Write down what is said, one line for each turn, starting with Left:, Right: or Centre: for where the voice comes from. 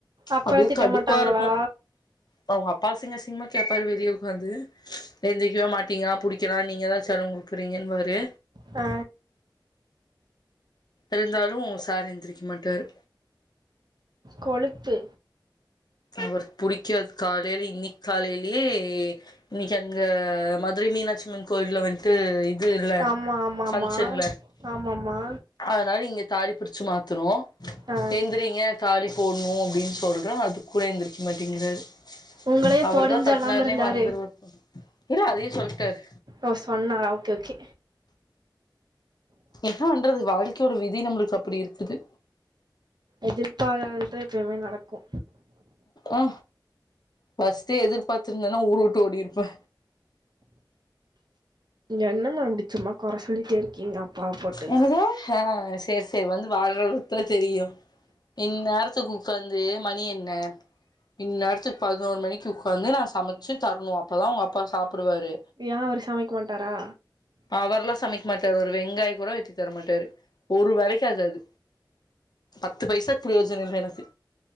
Right: அப்புறம்
Left: அப்டியே
Right: திட்ட
Left: கடுப்பா
Right: மாட்டாங்களா
Left: இருக்கு அவங்க அப்பா அசிங்க அசிங்கமா கேப்பாரு வெளிய உக்காந்து எந்திரிக்கவே மாட்டீங்க புடிக்கிறா நீங்க தா செல்ல குடுக்குறீங்கன்னுவாரு
Right: ஆ
Left: இருந்தாலு சார் எந்திரிக்க மாட்டாரு
Right: கொழுப்பு
Left: அவருக்கு புடிக்காது காலைல இன்னிக் காலைலீயே இன்னிக்கி அங்க மதுரை மீனாட்சி அம்மன் கோயில்ல வன்ட்டு இ துல்ல
Right: ஆமா ஆமாம்மா
Left: பங்ஷன்ல
Right: ஆமாம்மா
Left: அதனால இங்க தாலி ‌பிரிச்சி மாத்துனோ
Right: ஆ
Left: எந்திரீங்க தாலி போட்ணோ அப்டீன்னு சொல்றோ அதுக்கு கூட எந்திரிக்க மாட்டீங்குறாரு
Right: உங்களே
Left: அவர்தா
Right: போடுன்னு சொல்லாம
Left: கட்னாருனே
Right: இருந்தாரு
Left: மறந்துருவாரு போல இல்ல அதையு சொல்ட்டாரு
Right: ஓ சொன்னாறா ஓகே ஓகே
Left: ஏன்னா பன்றது வாழ்க்கையோட விதி நம்முளுக்கு அப்டி இருக்குது
Right: எதிர்ப்பாராததே எப்பயுமே நடக்கோ
Left: அ பஸ்ட்டு எதிர்பார்த்திருந்துன்னா ஊரு வுட்டு ஓடிருப்பே
Right: என்னம்மா இப்டி சும்மா கொற சொல்லிட்டே இருக்கீங்க அப்பாவ போட்டு
Left: என்னது ஆ சேர் சேர் வந்து வாழ்றவளுக் குதா தெரியு இன்னேர்த்துக்கு ஒக்காந்து மணி என்ன இந்நேரத்துக்கு பதினோரு மணிக்கு ஒக்காந்து நா சமச்சு தரணோ அப்போ தா அவங்க அப்பா சாப்புடுவாரு
Right: ஏ அவரு சமைக்க மாட்டாரா
Left: அவர்லா சமைக்க ஒரு வெங்காயோ கூட வெட்டி தரமாட்டாரு ஒரு வேலைக்கு ஆகாது பத்து பைசாக்கு பிரயோஜனோ இல்ல எனக்கு